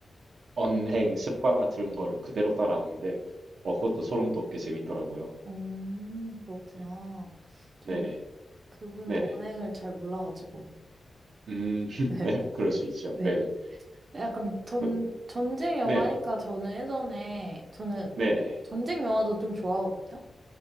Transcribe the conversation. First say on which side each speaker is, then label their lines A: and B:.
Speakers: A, on the right; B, on the right.
A: 언행 습관 같은 거를 그대로 따라하는데 어 그것도 소름 돋게 재밌더라고요.
B: 음, 그렇구나.
A: 네.
B: 전
A: 네네
B: 그분
A: 네네
B: 언행을 잘 몰라가지고.
A: 음 <laughs>
B: <laughs> 네.
A: 네, 그럴 수 있죠.
B: 네.
A: 네네
B: 약간
A: 어,
B: 전,
A: 그
B: 전쟁 영화니까
A: 네네
B: 저는 예전에, 저는
A: 네네
B: 전쟁 영화도 좀 좋아하거든요?